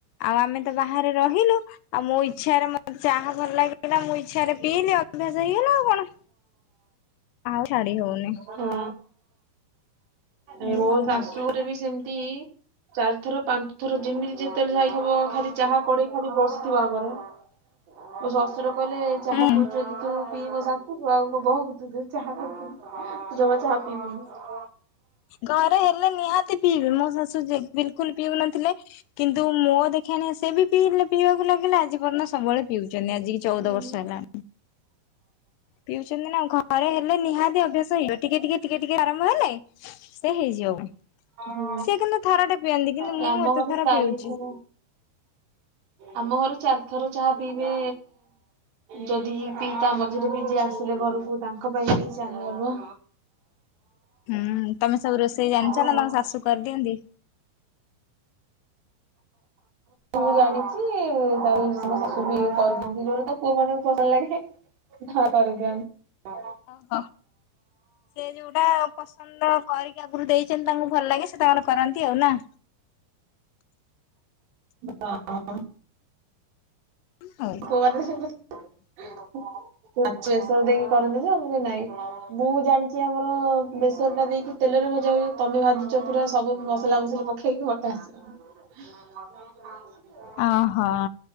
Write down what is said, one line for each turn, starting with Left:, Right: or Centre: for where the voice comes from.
Left: ଆଉ ଆମେ ତ ବାହାରେ ରହିଲୁ ଆଉ ମୋ ଇଚ୍ଛାରେ ମତେ ଚାହା ଭଲ ଲାଗିଲା ମୁଁ ଇଚ୍ଛାରେ ପିଇଲି ଅଭ୍ୟାସ ହେଇ ହେଲା ଆଉ କଣ ଆଉ ଛାଡି ହଉନି।
Right: ହୁଁ ହଁ ଏ
Left: ଏଇଆ
Right: ମୋ
Left: ଆଉ
Right: ଶାଶୁଘରେ ବି ସେମିତି
Left: <inaudible>
Right: ଚାରି ଥର ପାଞ୍ଚ ଥର ଯେମିତି ଯେତେବେଳେ ଯାଇ ହବ ଖାଲି ଚାହା କଡେଇ ଖାଲି ବସିଥିବ ଆମର ମୋ ଶଶୁର କହିଲେ ଚାହା
Left: ହୁଁ।
Right: ପିଉଛୁ ତୁ ପିଇ ମୋ ଶାଶୁ କୁ ଆଉ ମୋ ବୋହୂକୁ ଚାହା ଦବୁନି ମୁଁ ଜମା ଚା ପିବୁନି।
Left: ଘରେ ହେଲେ ନିହାତି ପିଇବେ ମୋ ଶାଶୁ ବିଲକୁଲ ପିଉ ନଥିଲେ କିନ୍ତୁ ମୋ ଦେଖେନି ସେ ବି ପିଇଲେ ପିଇବାକୁ ଲାଗିଲା ଆଜି ପର୍ଯ୍ୟନ୍ତ ସବୁବେଳେ ପିଉଛନ୍ତି ଆଜି କି ଚଉଦ
Right: ହୁଁ।
Left: ବର୍ଷ ହେଲା। ପିଉଛନ୍ତି ନା ଘରେ ହେଲେ ନିହାତି ଅଭ୍ୟାସ ହେଇଯିବ ଟିକେ ଟିକେ ଟିକେ ଟିକେ ଆରମ୍ଭ ହେଲେ ସେ ହେଇଯିବ
Right: ହୁଁ।
Left: ସିଏ କିନ୍ତୁ ଥରଟେ ପିଅନ୍ତି କିନ୍ତୁ
Right: ଏ
Left: ମୁଁ
Right: ଆମ
Left: ଏତେ
Right: ଘରେ
Left: ଥର
Right: ଚାରିଥର
Left: ପିଉଛି।
Right: ଆମ ଘରେ ଚାରିଥର ଚାହା ପିଇବେ ଯଦି ପିଇ ତା ମଝିରେ ବି ଯିଏ ଆସିଲେ ଘରକୁ ତାଙ୍କ ପାଇଁ ବି ଚାହା ହବ
Left: ହୁଁ ତମେ ସବୁ ରୋଷେଇ ଜାଣିଛ
Right: ଏମିତି ଆଉ।
Left: ନା ତମ ଶାଶୁ କରିଦିଅନ୍ତି?
Right: ମୁଁ ଜାଣିଛି ତା ମୋ ଶାଶୁ ବି କରିଦିଅନ୍ତି ଯୋଉ ତା ପୁଅ ମାନଙ୍କୁ ପସନ୍ଦ ଲାଗେ। ହଁ କରିଦିଅନ୍ତି।
Left: <unintelligible> ସେ ଯୋଉଟା ପସନ୍ଦ କରିକି ଆଗରୁ ଦେଇଛନ୍ତି ତାଙ୍କୁ ଭଲ ଲାଗେ ସେ ତାଙ୍କର କରନ୍ତି ଆଉ ନା।
Right: ହଁ।
Left: ହଉ।
Right: ପୁଅମାନେ ତ ସବୁ <inaudible> ମାଚ ବେସର ଦେଇକି କରନ୍ତି ଯେ ଆମ କି ନାଇଁ ମୁଁ ଜାଣିଛି ଆମର ବେସର ଟା ଦେଇକି ତେଲରେ ଭଜା ହୁଏ। ତମେ ଭାଜୁଚ ପୁରା ସବୁ ମସଲା ମସଲି ପକେଇକି ମତେ ଆସିବନି। <inaudible>
Left: ଓହୋ